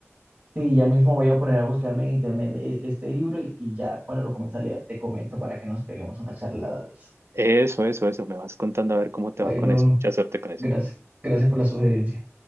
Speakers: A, on the right; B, on the right.
A: Sí, ya mismo voy a poner a buscarme en internet e- este libro y, y ya cuando lo comience a leer te comento para que nos peguemos una charlada de eso.
B: Eso, eso, eso. Me vas contando a ver cómo te
A: Bueno,
B: va con eso. Mucha suerte con eso.
A: gracias. Gracias por la sugerencia.